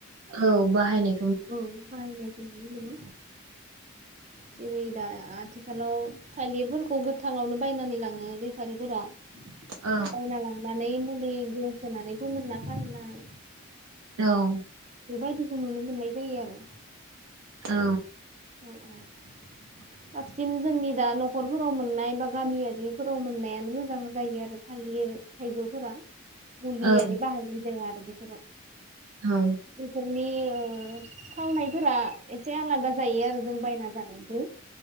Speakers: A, on the right (about 90°); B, on the right (about 30°).
A: औ बाहायनाय
B: औ बाहायनायखौ नुनो मोनो। जेरै दा आथिखालाव थालिरफोरखौ गोथाङावनो बायनानै लाङो बेफारिफोरा। बायना
A: औ
B: लांनानै मुलि होनानै फोमोनना फाननाय
A: औ।
B: बेबायदिखौ नुनो मोननाय जायो आरो।
A: औ।
B: अ अ साबसिन जोंनि दा नखरफोराव मोननाय बा गामियारिफोराव मोननायानो मोजां जायो आरो थालिर थाइजौफोरा। मुलियारि
A: औ
B: बाहायनाय जाया बेफोराव
A: औ।
B: बेफोरनि ओ थावनायफोरा एसे आलादा जायो आरो जों बायना जानायनिख्रुय।